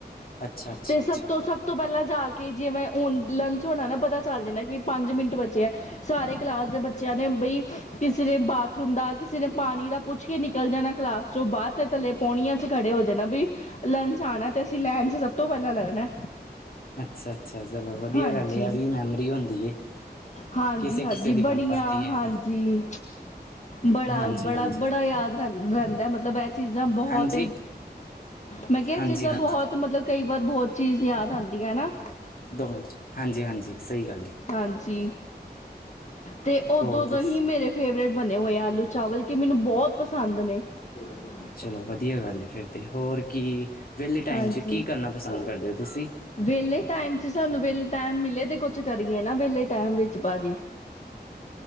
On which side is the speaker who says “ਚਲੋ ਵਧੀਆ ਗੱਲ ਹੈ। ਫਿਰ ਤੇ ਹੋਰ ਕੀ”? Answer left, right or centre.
Left